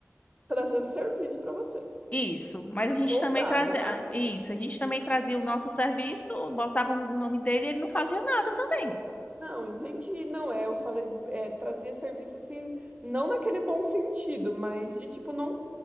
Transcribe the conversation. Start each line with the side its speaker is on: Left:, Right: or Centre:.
Right: Trazendo serviço para vocês.
Left: isso. Mas a gente
Right: Folgado,
Left: também trazia,
Right: né?
Left: ah, isso, a gente também trazia o nosso serviço, botávamos o nome dele, e ele não fazia nada também.
Right: Não, entendi. Não é, eu falei, é, trazia serviço assim, não naquele bom sentido, mas de tipo não,